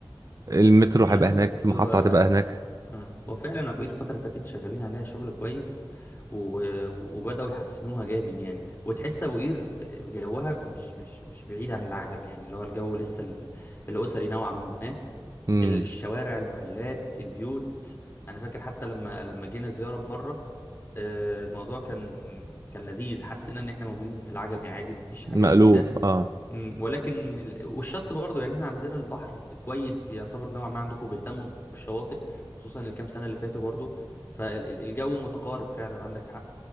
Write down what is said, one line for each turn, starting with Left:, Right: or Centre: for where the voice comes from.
Right: المترو هيبقى
Left: والله
Right: هناك
Left: بص
Right: المحطة
Left: هو
Right: هتبقى هناك
Left: اه هو فعلا ابو قير الفترة اللي فاتت شغالين عليها شغل كويس و... وبدأوا يحسنوها جامد يعني وتحس ابو قير جوها مش مش مش بعيد عن العجم يعني اللي هو الجو لسه ال... الأسري نوعا ما
Right: مم.
Left: الشوارع المحلات البيوت انا فاكر حتى لما لما جينا زيارة مرة آه، الموضوع كان كان لذيذ حسينا ان احنا موجودين في العجمي عادي مفيش حاجة
Right: مألوف
Left: جديدة
Right: اه
Left: مم، ولكن ال- والشط برضه يعني احنا عندنا البحر كويس يعتبر نوعا ما عندكم بيهتموا بالشواطئ خصوصا الكام سنة اللي فاتوا برضه فالجو متقارب فعلا عندك حق